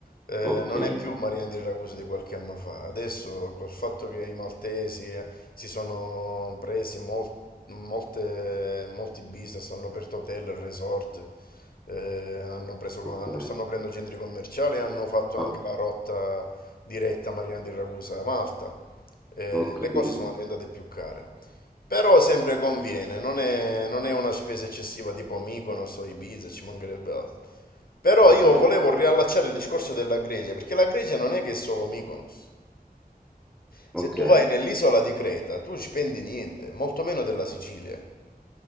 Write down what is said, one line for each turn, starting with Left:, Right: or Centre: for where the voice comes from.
Left: Eh,
Centre: Ok,
Left: non è più Marina di Ragusa di qualche anno fa. Adesso, col fatto che i maltesi eh, si sono presi mol- molte- molti business, hanno aperto hotel, resort, eh, hanno preso,
Centre: ok,
Left: hanno- stanno aprendo centri commerciali e hanno fatto
Centre: ho,
Left: anche la rotta diretta Marina di Ragusa-Malta. Eh,
Centre: ho capito.
Left: le cose sono diventate più care. Però sempre conviene, non è, non è una spesa eccessiva tipo Mykonos o Ibiza, ci mancherebbe altro. Però
Centre: Mhm,
Left: io volevo riallacciare il discorso della Grecia, perché la Grecia non è che è solo Mykonos. Se
Centre: Ok,
Left: tu vai nell'isola di Creta, tu spendi niente, molto meno della Sicilia.